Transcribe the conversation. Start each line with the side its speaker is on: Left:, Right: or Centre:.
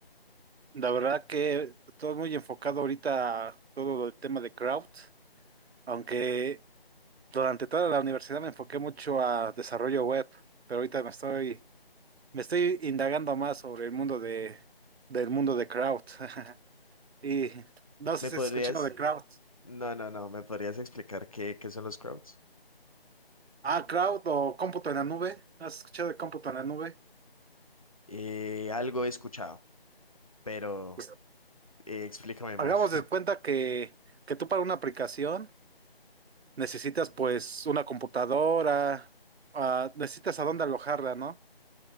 Right: La verdad que todo muy enfocado ahorita a todo el tema de crowd, aunque durante toda la universidad me enfoqué mucho a desarrollo web, pero ahorita me estoy, me estoy indagando más sobre el mundo de, del mundo de crowd. <laughs> Y no sé
Left: ¿Me
Right: si
Left: podrías
Right: has escuchado de crowd.
Left: No, no, no, ¿me podrías explicar qué, qué son los crowds?
Right: Ah, crowd o cómputo en la nube. ¿Has escuchado de cómputo en la nube?
Left: Eh, algo he escuchado, pero
Right: Pues,
Left: eh, explícame más.
Right: hagamos
Left: <laughs>
Right: de cuenta que, que tú para una aplicación. Necesitas pues una computadora, ah, necesitas a dónde alojarla, ¿no?